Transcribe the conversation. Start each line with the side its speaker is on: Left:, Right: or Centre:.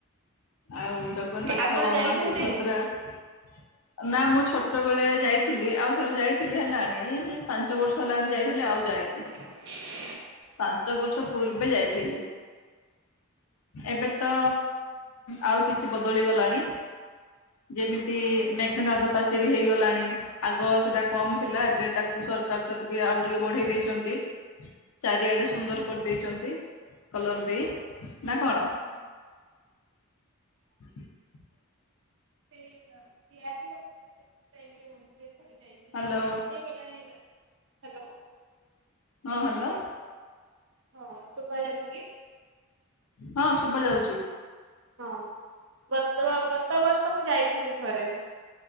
Left: ଆଉ ଜଗନ୍ନାଥ
Right: ଆପଣ ଯାଇଛନ୍ତି?
Left: ମା ସୁଭଦ୍ରା ନା ମୁଁ ଛୋଟ ବେଳେ ଯାଇଥିଲି ଆଉ ଥରେ ଯାଇଥିଲି ହେଲାଣି ପାଞ୍ଚ ବର୍ଷ ହେଲାଣି ଯାଇଥିଲି। ହେଲେ ଆଉ ଯାଏନି।
Right: <unintelligible>
Left: ପାଞ୍ଚ ବର୍ଷ ପୂର୍ବେ ଯାଇଥିଲି। ଏବେ ତ ଆଉ କିଛି ବଦଳିଗଲାଣି। ଯେମିତି ମେଘନାଥ ପାଚେରୀ ହେଇଗଲାଣି ଆଗ ସେଟା କମ
Right: ହଁ।
Left: ଥିଲା ଏବେ ତାକୁ ସରକାର ତ ଟିକେ ଆଉ ଟିକେ ବଢେଇ ଦେଇଛନ୍ତି ଚାରିଆଡେ ସୁନ୍ଦର କରିଦେଇଛନ୍ତି। କଲର ଦେଇ ନା କଣ।
Right: ମୁଁ
Left: <inaudible>
Right: ସେ ତିଆରି ତାଇ ଥ ଯାଇଥିଲି
Left: ହ୍ୟାଲୋ
Right: ମଝ ହେଇଗଲାଣି ହେ ହାଲୋ।
Left: ହଁ ହ୍ୟାଲୋ।
Right: ହଁ ଶୁଭା ଯାଉଛି କି?
Left: ହଁ ଶୁଭା ଯାଉଛି।
Right: ହଁ ଗ ଗତ ବର୍ଷ ମୁଁ ଯାଇଥିଲି ଥରେ।